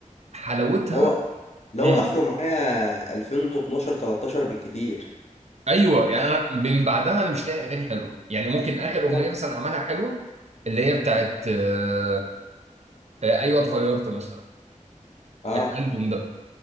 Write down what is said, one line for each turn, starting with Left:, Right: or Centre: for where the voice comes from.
Right: حلاوتها
Left: اللي هو لو
Right: امم
Left: اخره معايا 2012 13 بالكتير
Right: ايوه يعني أنا من بعدها انا مش لاقي اغاني حلوه يعني ممكن اخر اغنيه
Left: بالظبط
Right: مثلا عملها حلوه اللي هي بتاعت آه، آه، ايوه اتغيرت مثلا
Left: اه
Right: الالبوم ده